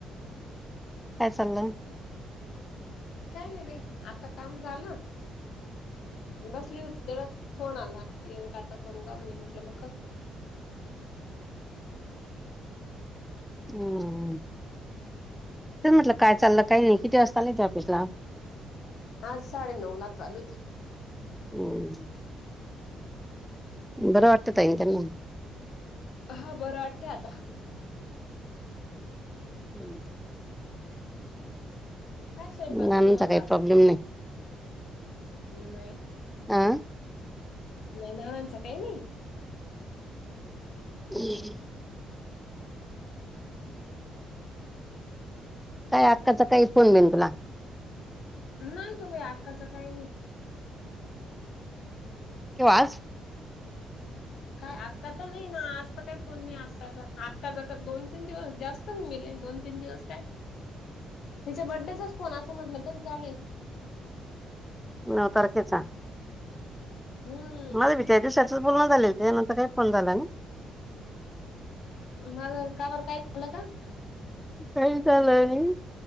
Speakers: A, in the centre; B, on the left.
A: काय चाललं?
B: काय नाही भाई आता काम झालं. बसली होती तेवढ फोन आला प्रियंकाचा करू का म्हणे म्हटलं मग
A: हम्म ते म्हटलं काय चाललं काही नाही किती वाजता चालेय ते ऑफिसला
B: आज साडे नऊ लाखचाल.
A: हम्म बरं वाटतं आहे त्यांना
B: हा बरं वाटते आता
A: हम्म.
B: काय स्वयंपाक
A: नाचा
B: बनवला होता
A: काही
B: आज
A: प्रॉब्लेम नाही
B: नाही
A: अ.
B: नाही नानांचा काही नाही.
A: ह. काय अक्काचा काही फोन बेन तुला?
B: नाही का बाई आक्काचं काही नाही.
A: कवाज.
B: काय आत्ताचा नाही ना आज तर काय फोन नाही आत्ताचा आत्काचा दोन तीन दिवस जास्त चांग गले दोन तीन दिवस काय?
A: <unintelligible>
B: तिच्या बड्डेचाच फोन असं म्हटलं तरी चालेल.
A: नऊ तारखेचा
B: हम्म
A: मला विद्यार् दिीवसाच बोलं झाले होते त्या नंतर काही फोन झाला ना.
B: माझ कावर काय झालं का?
A: काही झालं